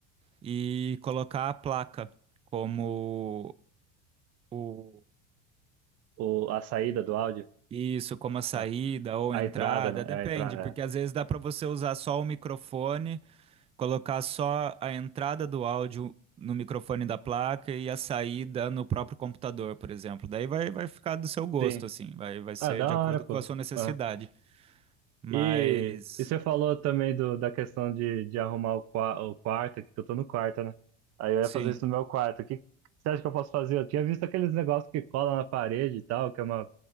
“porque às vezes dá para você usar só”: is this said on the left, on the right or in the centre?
Right